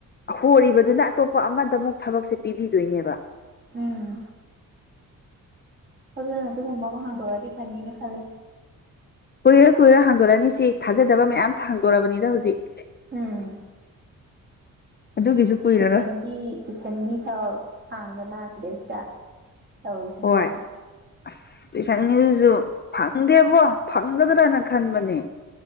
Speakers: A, on the left (about 30°); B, on the right (about 30°).
A: ꯍꯣꯔꯤꯕꯗꯨꯅ ꯑꯇꯣꯞꯄ ꯑꯃꯗ ꯑꯃꯨꯛ ꯊꯕꯛꯁꯦ ꯄꯤꯕꯤꯗꯣꯏꯅꯦꯕ
B: ꯎꯝ ꯑꯗꯨꯅ ꯑꯗꯨꯒꯨꯝꯕ ꯑꯃ ꯍꯥꯡꯗꯣꯔꯑꯗꯤ ꯐꯅꯤꯅ ꯈꯜꯂꯦ
A: ꯀꯨꯏꯔꯣꯏ ꯀꯨꯏꯔꯣꯏ ꯍꯥꯡꯗꯣꯔꯛꯑꯅꯤ ꯁꯤ ꯊꯥꯖꯗꯕ ꯃꯌꯥꯝ ꯍꯥꯡꯗꯣꯛꯔꯛꯑꯅꯤꯅ ꯍꯧꯖꯤꯛ
B: ꯎꯝ
A: ꯑꯗꯨꯒꯤꯁꯨ ꯀꯨꯏꯔꯔꯣꯏ
B: ꯇꯨꯏꯁꯟꯒꯤ ꯇꯨꯏꯁꯟꯒꯤ ꯍꯔ ꯍꯥꯡꯗꯅ ꯁꯤꯗꯩꯁꯤꯗ ꯇꯧ ꯁꯤꯅꯤ
A: ꯍꯣꯏ
B: ꯇꯨ
A: ꯑꯁ ꯇꯨꯏꯁꯟꯒꯤꯗꯨꯁꯨ ꯐꯪꯗꯦꯕꯣ ꯐꯪꯒꯗ꯭ꯔꯅ ꯈꯟꯕꯅꯦ